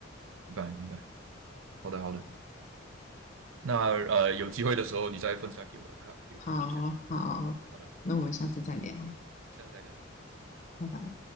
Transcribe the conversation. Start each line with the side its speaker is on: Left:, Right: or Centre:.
Right: 明白明白，好的好的，那呃有机会的时候你再分享给我看，给我听一下。
Left: 好好，
Right: 好的，
Left: 那我们下次再聊。
Right: 下次再聊，再见。
Left: 拜拜。